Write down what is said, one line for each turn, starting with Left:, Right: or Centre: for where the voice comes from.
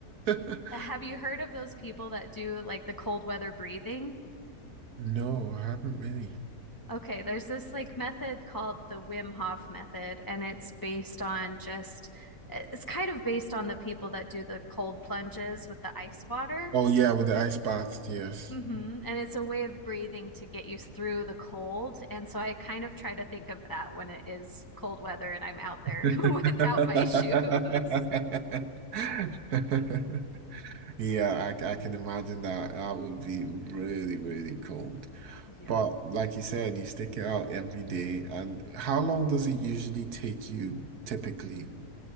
Right: <laughs>
Left: Have you heard of those people that do like the cold weather breathing?
Right: No, I haven't really.
Left: Okay, there's this like method called the Wim Hof method, and it's based on just, eh, it's kind of based on the people that do the cold plunges with the ice water.
Right: Oh yeah, with the ice bath, yes.
Left: hmm And it's a way of breathing to get you through the cold. And so I kind of try to think of that when it is cold weather and I'm out there
Right: <laughs>
Left: <laughs> without my shoes.
Right: Yeah, I, I can imagine that. That would be really, really cold.
Left: Yeah.
Right: But like you said, you stick it out every day. And how long does it usually take you typically